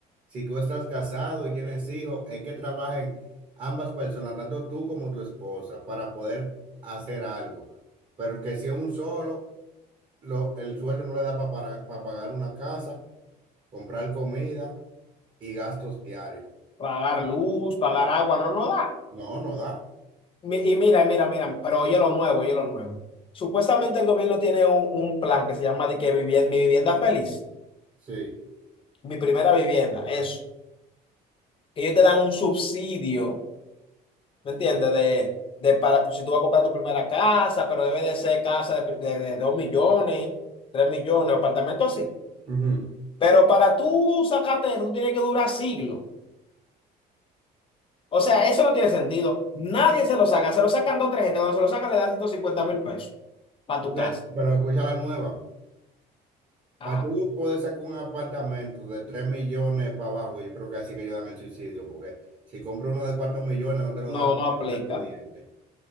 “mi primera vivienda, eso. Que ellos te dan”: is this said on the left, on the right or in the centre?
Left